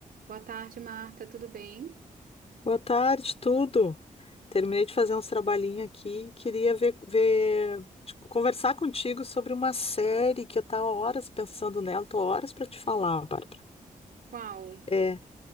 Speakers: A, on the right; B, on the left.
A: Boa tarde, Marta. Tudo bem?
B: Boa tarde, tudo. Terminei de fazer uns trabalhinhos aqui. e Queria ver, ver- conversar contigo sobre uma série que eu estava horas pensando nela. Tô horas para te falar, Bárbara.
A: Qual?
B: É,